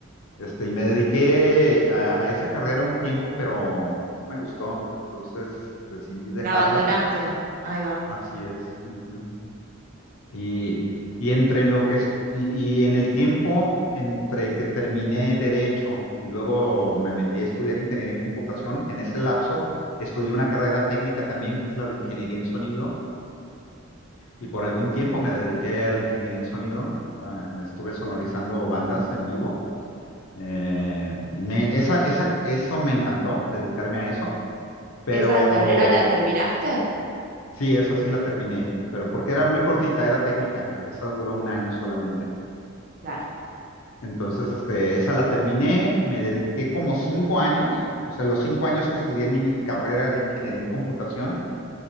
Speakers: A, on the left; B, on the right.
A: Este, y me dediqué a, a esa carrera un tiempo, pero no me gustó. Entonces decidí dejarla.
B: la abandonaste. Ahí va.
A: Así es. ujú. Y, y entre lo que es- y, y en el tiempo entre que terminé derecho y luego me metí a estudiar ingeniería en computación, en ese lapso estudié una carrera técnica también, que es la de ingeniería en sonido, y por algún tiempo me dediqué a la ingeniería en sonido. Ah, estuve sonorizando bandas en vivo Eh, y me, esa, esa, eso me encantó, dedicarme a eso, pero
B: ¿Esa carrera la terminaste?
A: sí, esa sí la terminé, pero porque era muy cortita, era técnica, esa duró un año solamente.
B: Claro.
A: Entonces, este, esa la terminé, me dediqué como cinco años, o sea, los cinco años que estudié mi carrera de ingeniería en computación